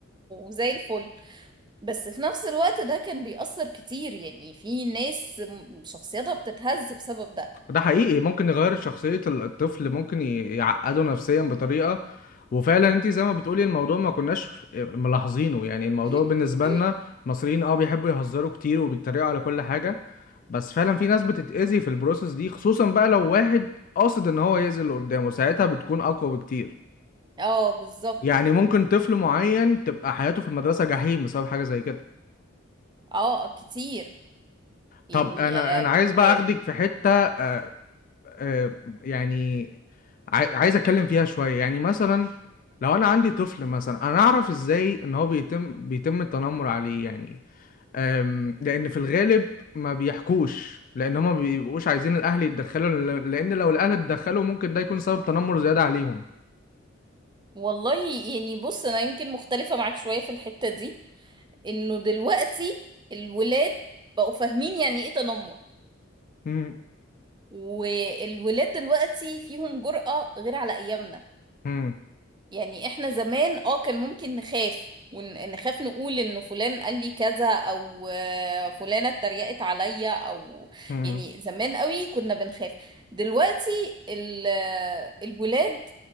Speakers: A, on the right; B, on the left.
A: زي الفل بس في نفس الوقت ده كان بيأثر كتير يعني في ناس م- شخصيتها بتتهز بسبب ده
B: ده حقيقي ممكن يغير شخصية الطفل ممكن ي- يعقده نفسيا بطريقة وفعلا انت زي ما بتقولي الموضوع ما كناش آه، ملاحظينه يعني الموضوع
A: <clears throat>
B: بالنسبة لنا
A: <laughs>
B: المصريين اه بيحبوا يهزروا كتير وبيتريقوا على كل حاجة بس فعلا في ناس بتتأذي في البروسيس دي خصوصا بقى لو واحد قاصد ان هو يأذي اللي قدامه ساعتها بتكون اقوى بكتير
A: اه بالظبط
B: يعني ممكن طفل معين تبقى حياته في المدرسة جحيم بسبب حاجة زي كده
A: اه كتير يعني
B: طب انا
A: آه،
B: انا
A: ب...
B: عايز بقى
A: ب...
B: اخدك في حتة آه، يعني عاي- عايز اتكلم فيها شويه يعني مثلا لو انا عندي طفل مثلا انا اعرف ازاي ان هو بيتم بيتم التنمر عليه يعني آم، لان في الغالب ما بيحكوش لان هما ما بيبقوش عايزين الاهل يتدخلوا ل- لان لو الاهل اتدخلوا ممكن ده يكون سبب تنمر زياده عليهم
A: والله يعني بص انا يمكن مختلفة معاك شوية في الحتة دي انه دلوقتي الولاد بقوا فاهمين يعني ايه تنمر
B: مم،
A: والولاد دلوقتي فيهم جرأة غير على أيامنا
B: مم،
A: يعني احنا زمان اه كان ممكن نخاف ونخاف نقول انه فلان قال لي كذا او آه، فلانة اتريقت عليا او
B: مم،
A: يعني زمان قوي كنا بنخاف دلوقتي ال- آه، الولاد